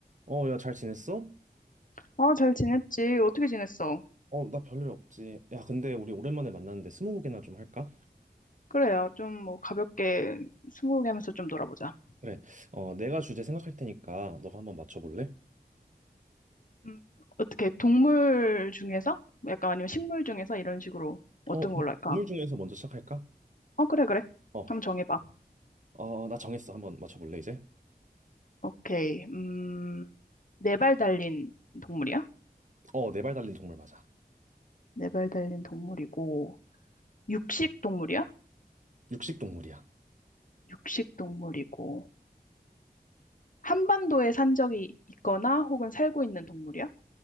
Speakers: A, on the right; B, on the left.
A: 어, 야, 잘 지냈어?
B: 아, 잘 지냈지? 어떻게 지냈어?
A: 어, 나 별일 없지. 야, 근데 우리 오랜만에 만났는데 스무고개나 좀 할까?
B: 그래야 좀 뭐 가볍게 스무고개 하면서 좀 놀아보자.
A: 그래. 어, 내가 주제 생각할 테니까 너가 한번 맞춰볼래?
B: 음, 어떻게 동물 중에서? 뭐 약간 아니면 식물 중에서 이런 식으로 어떤
A: 어, 그럼
B: 걸로 할까?
A: 동물 중에서 먼저 시작할까?
B: 어, 그래, 그래.
A: 어,
B: 한번 정해봐.
A: 어, 나 정했어. 한번 맞춰볼래, 이제?
B: 오케이. 음, 네발 달린 동물이야?
A: 어, 네발 달린 동물 맞아.
B: 네발 달린 동물이고, 육식 동물이야?
A: 육식 동물이야.
B: 육식 동물이고, 한반도에 산 적이 있거나 혹은 살고 있는 동물이야?